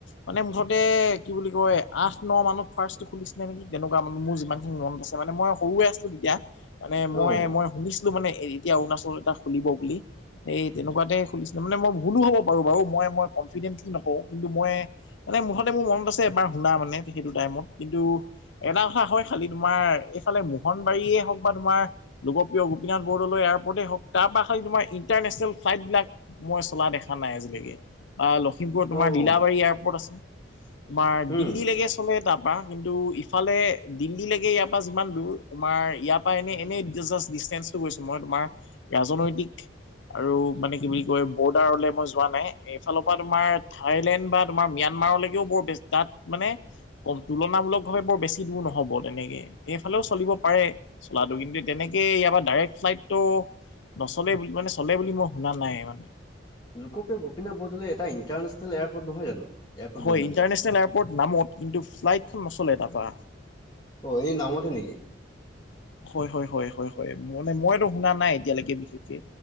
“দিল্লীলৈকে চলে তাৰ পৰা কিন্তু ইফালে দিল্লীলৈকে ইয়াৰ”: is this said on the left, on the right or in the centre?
Left